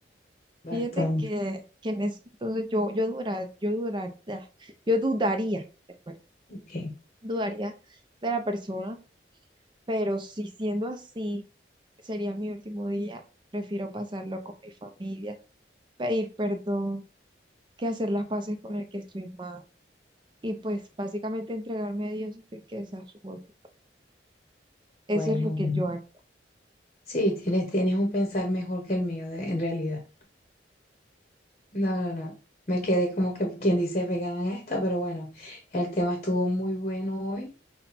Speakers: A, on the left (about 35°); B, on the right (about 25°).
A: bastante.
B: fíjate que, que en ese entonces yo, yo, dura, yo, dura, ah, yo dudaría, ¿de acuerdo?
A: Ok,
B: Dudaría de la persona, pero si siendo así, sería mi último día, prefiero pasarlo con mi familia, pedir perdón, que hacer las paces con el que estoy mal. Y pues básicamente entregarme a Dios y que esa su voluntad. Eso
A: Bueno,
B: es lo que
A: bueno.
B: yo haría.
A: Sí, tienes, tienes un pensar mejor que el mío, de- en realidad. No, no, no. Me quedé como que quien dice vegana en esta, pero bueno, el tema estuvo muy bueno hoy,